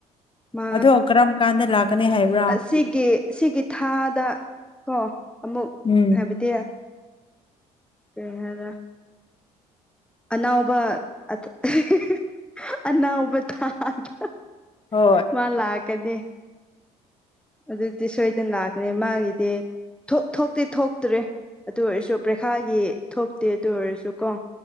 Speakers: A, in the centre; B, on the left.
A: ꯃꯥ
B: ꯑꯗꯣ ꯀ꯭ꯔꯝ ꯀꯥꯟꯗ ꯂꯥꯛ ꯀꯅꯦ ꯍꯥꯏꯕ꯭ꯔꯥ
A: ꯑꯁꯤꯒꯤ ꯁꯤꯒꯤ ꯊꯥꯗ ꯀꯣ ꯑꯃꯨꯛ
B: ꯎꯝ
A: ꯍꯥꯏꯕꯗꯤ ꯀꯔꯤ ꯍꯥꯏꯗ ꯑꯅꯥꯎꯕ <unintelligible> ꯑꯅꯥꯎꯕ ꯊꯥꯗ
B: ꯍꯣꯏ
A: ꯃꯥ ꯂꯥꯛ ꯀꯅꯤ ꯑꯗꯨꯗꯤ ꯁꯣꯏꯗꯅ ꯂꯥꯛꯀꯅꯤ ꯃꯥꯒꯤꯗꯤ ꯊꯣꯛ ꯊꯣꯛꯇꯤ ꯊꯣꯛꯇ꯭ꯔꯦ ꯑꯗꯨ ꯑꯣꯏꯔꯁꯨ ꯄꯔꯤꯈꯥꯒꯤ ꯊꯣꯛꯇꯦ ꯑꯗꯨ ꯑꯣꯏꯔꯁꯨ ꯀꯣ